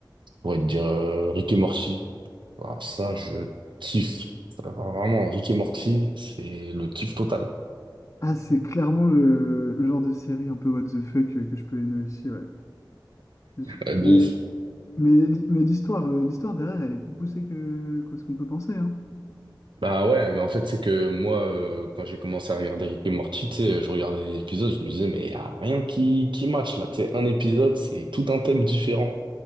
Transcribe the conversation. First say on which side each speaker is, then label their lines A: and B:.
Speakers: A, on the right; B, on the left.
A: pourrais te dire, euh, Rick et Morty. Alors ça, je kiffe. Ça, Vraiment, Rick et Morty, c'est le kiff total.
B: Ah, c'est clairement le, le genre de série un peu what the fuck que, que je peux aimer aussi, ouais. Je-
A: Ouais, de
B: mais
A: ouf.
B: mais, li- mais l'histoire euh, l'histoire derrière, elle est plus poussée que, que ce qu'on peut penser, hein.
A: Bah ouais, mais en fait, c'est que moi, euh, quand j'ai commencé à regarder Rick et Morty, tu sais, je regardais les épisodes, je me disais, mais y a rien qui, qui match là. Tu sais, un épisode, c'est tout un thème différent.